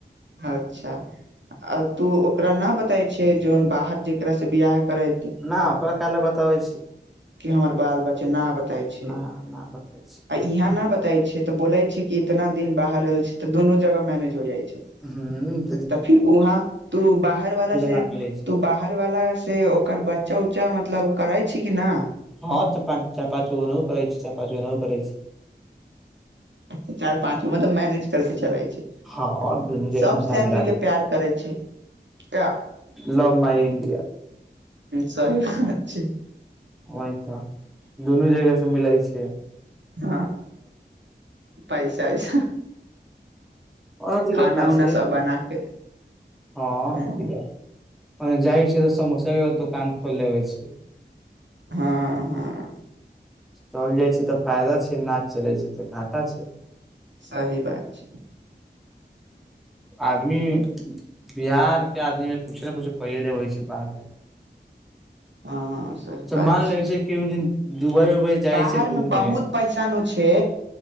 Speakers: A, on the right (about 85°); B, in the centre.
A: अच्छा। आ तू ओकरा नै बताय छै जेन बाहर जेकरास से बियाह करे।
B: नै ओकरा काल लऽ बताबै छी।
A: कऽ हमर बाल बच्चा नै बताय
B: न
A: छै।
B: न बताबै छै
A: यहाँ नै बताे छै तऽ बोले छै कि इतना दिन बाहर रहल छै तऽ दुनू जगह मैनेज हो जाई छै।
B: हँ।
A: तऽ फिर वहाँ तू बाहर वाला से
B: न मिलै छै
A: तू बाहर वा स ओकर बच्चा उच्चा मतलब करे छी कि न।
B: हँ चाचा पाचू नै करै छै पाचू नै करै छै।
A: चारि पाँच गो मतलब मैनेज कर के चलै छै।
B: हँ और दुनू जगह
A: सभसँ
B: मिला मिला
A: आदमी के प्यार करै छै। का
B: लव मइ इंडिया।
A: सही बात छै।
B: वाह तऽ दुनू जगह से मिलैत छियै।
A: ह पैसा वैसा।
B: कोनो दिक्कत
A: खाना
B: नहि
A: उना
B: छै
A: सब बना के
B: ह
A: हँ
B: त। जाहिर छै तऽ समस्य के तऽ कान खो होई छै।
A: हँ
B: चलि जाई छै तऽ फायदा छै नाच चलै छै तऽ घाटा छै।
A: सही बात छै।
B: आदमी बिहार के आदमी मे कुछ ने कुछ कै ले हो छै बाहर जा।
A: ह। सही
B: अच्छा
A: बात
B: मान
A: छै
B: लेबै केहु दिन दुबई उबई जाइ
A: बाहरमे
B: छै घूमे
A: बहुत पैसा नै छै।